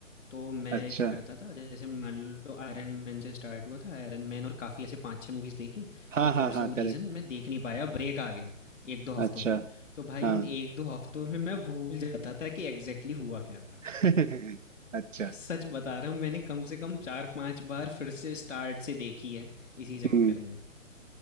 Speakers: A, on the left; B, on the right.
A: तो मैं
B: अच्छा
A: क्या करता था जैसे मान लो आयरन मैन से स्टार्ट हुआ था आयरन मैन और काफ़ी ऐसे पाँच छः मूवीज़ देखी
B: हाँ
A: फिर
B: हाँ
A: फॉर
B: हाँ
A: सम रीज़न
B: करेक्ट
A: मैं देख नहीं पाया ब्रेक आ गया एक दो हफ्तों
B: अच्छा
A: का तो भाई
B: हाँ
A: उन एक दो हफ्तों में मैं भूल जाता था कि एग्जैक्टली exactly हुआ क्या था
B: <laughs> अच्छा
A: <laughs> सच बता रहा हूँ मैंने कम से कम चार पांच बार फिर से स्टार्ट से देखी है इसी चक्कर
B: हम्म
A: में